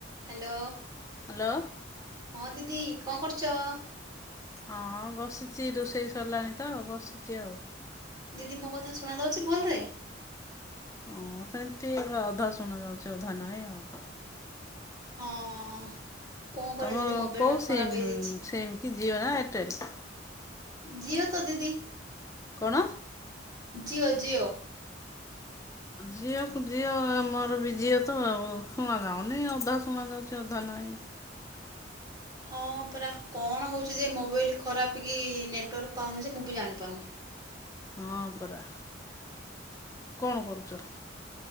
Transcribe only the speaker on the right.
Hello
ହଁ ଦିଦି କଣ କରୁଛ?
ଦିଦି ମୋ କଥା ଶୁଣା ଯାଉଛି ଭଲରେ।
ହଁ। କଣ କରିବା
ଦିଦି ମୋବାଇଲଟା
ଖରାପ
ହେଇଯାଇଛି
ଜିଓ ତ ଦିଦି
ଜିଓ ଜିଓ।
ହଁ ପରା କଣ ହଉଛି ଯେ ମୋବାଇଲ ଖରାପ କି ନେଟୱାର୍କ ପାଉନି ସେ ମୁଁ ବି ଜାଣିପାରୁନି।